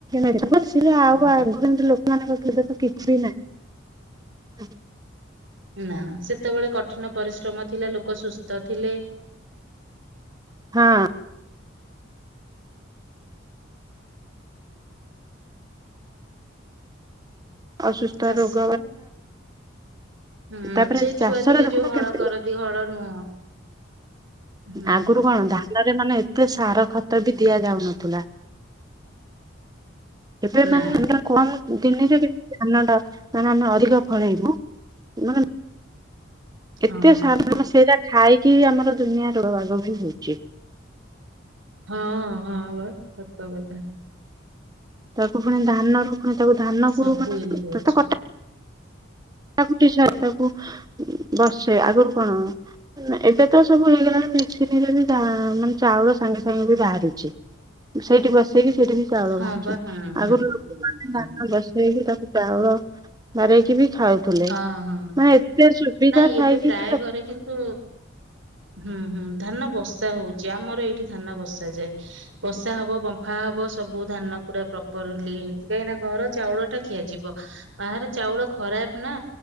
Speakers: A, on the right; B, on the right.
A: <inaudible> ଆଉ
B: ହୁଁ
A: ଆଗର ଲୋକମାନଙ୍କ ଦେଖ କିଛି ବି ନାହିଁ <inaudible>
B: ନା ସେତେବେଳେ କଠିନ ପରିଶ୍ରମ ଥିଲା ଲୋକ ସୁସ୍ଥ ଥିଲେ।
A: ହଁ। ଅସୁସ୍ଥ
B: ଚାଷ।
A: ରୋଗ
B: ହୁଁ
A: ତାପରେ
B: ସେ
A: ଚାଷରେ
B: ଛୁଆ ଦିନେ
A: ଦେଖୁନ
B: ଯୋଉ ହଳ
A: କେମିତି
B: କରନ୍ତି ହଳ ନୁହଁ। ହୁଁ
A: ଆଗରୁ କଣ ଧାନରେ ମାନେ ଏତେ ସାର ଖତ ବି ଦିଆ ଯାଉନଥିଲା। ଏବେ
B: ନା
A: ମାନେ <unintelligible> ଦିନରେ କେତେ ଧାନ ମାନେ ଆମେ ଅଧିକ ଫଳେଇବୁ ମାନେ
B: ହଁ
A: ଏତେ ସାଧାରଣ ସେଟା ଖାଇକି ଆମର ଦୁନିଆ ରୋଗ ବାଗ ବି ହଉଛି।
B: ହଁ ହଁ ସତ କଥା।
A: ତାକୁ ପୁଣି ଧାନରୁ ପୁଣି ତାକୁ ଧାନ କୁ
B: ସବୁ
A: ମାନେ
B: ଏମିତି ହଉଛି
A: କଟା ତାକୁ <unintelligible> ତାକୁ ବର୍ଷେ ଆଗରୁ କଣ ଏବେ ତ ସବୁ ହେଇଗଲାଣି। <unintelligible> ମାନେ ଚାଉଳ ସାଙ୍ଗେ ସାଙ୍ଗେ ବି ବାହାରୁଛି ସେଇଠି ବ ସେଇଟି ସେଇଠି ବି ଚାଉଳ
B: ହଁ
A: ବାହାରୁଚି
B: ବା ହଁ ହଁ
A: ଆଗରୁ ଲୋକ
B: ହଁ
A: ମାନେ ଧାନ ବସେଇକି ତାକୁ ଚାଉଳ ବାହାରିକି ବି ଖାଉଥିଲେ
B: ହଁ ହଁ।
A: ମାନେ ଏତେ ସୁବିଧା
B: ନାଇଁ ଏବେ
A: ଥାଇକି
B: ପ୍ରାୟ
A: ବି ଲୋକ
B: ଘରେ କିନ୍ତୁ ହୁଁ ହୁଁ ଧାନ ବସା ହଉଚି ଆମର ଏଇଠି ଧାନ ବସା ଯାଏ ବସା ହେବ ବମ୍ଫା ହବ ସବୁ ଧାନ ପୁରା‌ ପପର୍ଲି ହେବ କାହିଁକିନା ଘର ଚାଉଳ ଟା ଖିଆଯିବ ବାହାର ଚାଉଳ ଖରାପ ନା